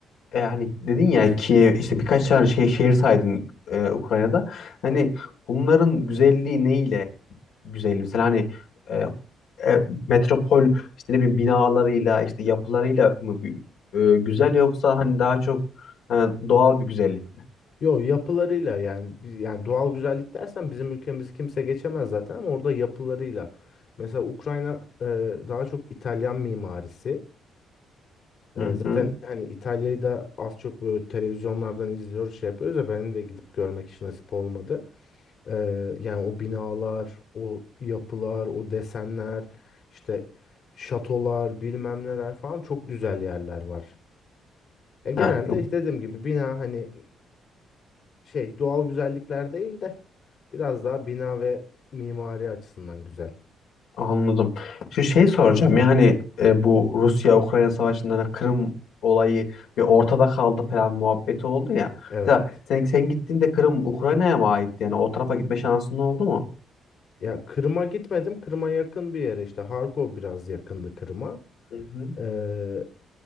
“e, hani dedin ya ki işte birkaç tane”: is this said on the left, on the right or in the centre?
Left